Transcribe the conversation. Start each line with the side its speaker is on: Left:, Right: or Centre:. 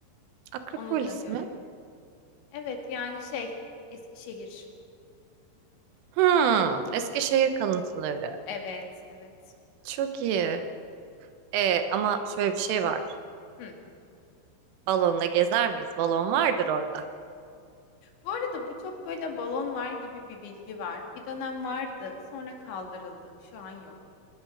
Right: Akropolis
Left: Onu da görelim.
Right: mi?
Left: Evet yani şey Eskişehir.
Right: Hmm. Eskişehir kalıntıları.
Left: Evet evet.
Right: Çok iyi. E, ama şöyle bir şey var.
Left: Hı.
Right: Balonla gezer miyiz? Balon vardır orada.
Left: Bu arada bu çok böyle balon var gibi bir bilgi var. Bir dönem vardı sonra kaldırıldı. Şu an yok.